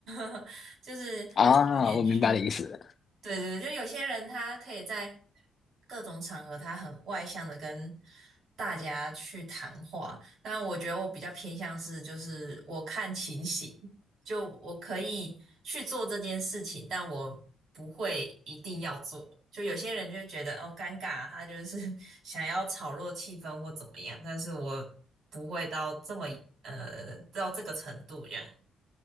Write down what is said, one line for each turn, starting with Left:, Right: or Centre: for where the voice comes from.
Right: <laughs> 就是还是有点区别。
Left: 啊，我明白你的意思。
Right: 对对，对就有些人他可以在各种场合，他很外向的跟大家去谈话，但我觉得我比较偏向是，就是我看情形，就我可以去做这件事情，但我不会一定要做。就有些人就会觉得哦尴尬啊，他就是 <laughs> 想要炒热气氛或怎么样，但是我不会到这么呃到这个程度这样。